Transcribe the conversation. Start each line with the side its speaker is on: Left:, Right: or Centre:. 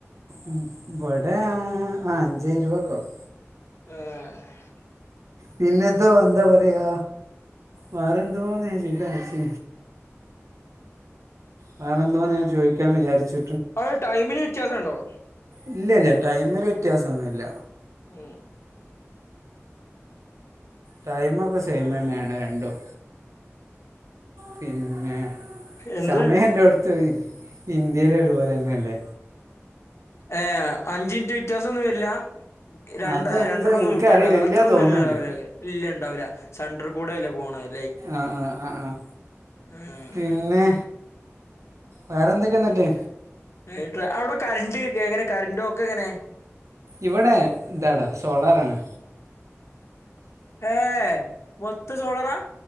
Right: ഇഹ് ഇവിടെ അ അഞ്ച് ഇരുപത് ഒക്കെ ആവും
Left: ആഹ് ആഹ്
Right: പിന്നെത്തോ എന്താ പറയാ വേറെന്തോവാന്ന് ചോയ്ക്കാൻ വിചാ <unintelligible> വേറെന്തോന്ന് ഞാൻ ചോയ്ക്കാൻ വിചാരിച്ചി
Left: അവിടെ ടൈമിന് വ്യത്യാസൊണ്ടോ
Right: ഇല്ല ഇല്ല ടൈമില് വ്യത്യാസമൊന്നുല്ല
Left: ഉം
Right: ടൈമൊക്കെ സെയിമുതന്നെയാണ് രണ്ടും പിന്നെ
Left: എന്ത്
Right: സമയ എല്ലാം എടുത്തു പോയി ഇന്ത്യല് ഒരുപോലന്നേ അല്ലേ
Left: ഏഹ് അഞ്ചിനിറ്റ് വ്യത്യാസൊന്നും വരില്ല ര രണ്ടര
Right: അതെന്തോ
Left: രണ്ടൊന്നും
Right: എനിക്കറിയില്ല
Left: മുട്ടയുണ്ടാവും അത്രയൊന്നും
Right: തോന്നുന്നുണ്ട്
Left: ഇല്ല രാവിലെ ഒക്കെ ഇല്ല ഉണ്ടാവൂല സെട്രാ ർകൂടെ അല്ലേ പോണാത
Right: ആഹ് ആഹ് ആഹ്
Left: ലൈന്
Right: പിന്നെ വേറെ എന്തൊക്കെന്നിട്ട്
Left: വീട്ടില അവിടെ കറണ്ട് ക്കെ എങ്ങനെ കറന്റുപോക്കെങ്ങനെ
Right: ഇവിടെ ഇതാടാ സോളാറാണ്
Left: ഏഹ് മൊത്തം സോളാറാ